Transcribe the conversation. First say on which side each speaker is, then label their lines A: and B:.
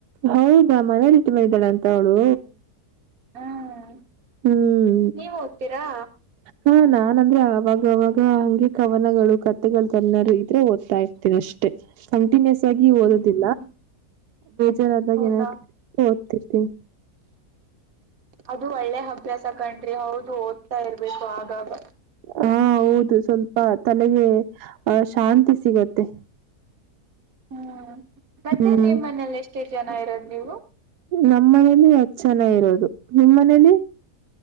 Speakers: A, on the right; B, on the right.
A: ಹೌದಾ ಮನೇಲಿಟ್ಟ ಮಾಡಿದಾಳ ಅಂತ ಅವಳು
B: ಹ್ಮ್
A: ಹ್ಮ್
B: ನೀವ್ ಓದ್ತೀರಾ
A: ಹಾ ನಾನನ್ ಅಂದ್ರೆ ಅವಾಗವಾಗ ಹಂಗೆ ಕವನಗಳು ಕಥೆಗಳು ತನ್ನರು ಇದ್ರೆ ಓದ್ತಾಾಯ್ತ ಅಷ್ಟೆ ಕಂಟಿನ್ಯೂಸ್ ಆಗಿ ಓದೋದಿಲ್ಲ
B: ಹ್ಮ್
A: ಜನ ಬಾಗ
B: ಹೌದಾ
A: ಏನ ಓದ್ತಿರ್ತೀನಿ
B: ಅದು ಒಳ್ಳೆ ಅಭ್ಯಾಸ ಕಣ್ರಿ ಹೌದು ಓದ್ತಾ ಇರ್ಬೇಕು ಆಗಾಗ
A: ಹಾ ಹೌದು ಸ್ವಲ್ಪ ತಲೆಗೆ ಆಹ ಶಾಂತಿ ಸಿಗತ್ತೆ
B: ಹ್ಮ ಮತ್ತೆ
A: ಹ್ಮ್
B: ನಿಮ್ಮ ಮನೇಲಿ ಎಷ್ಟು ಜನ ಇರೋದು ನೀವು
A: ನಮ್ಮ ಮನೇಲಿ ಹತ್ತು ಜನ ಇರೋದು ನಿಮ್ಮ್ ಮನೇಲಿ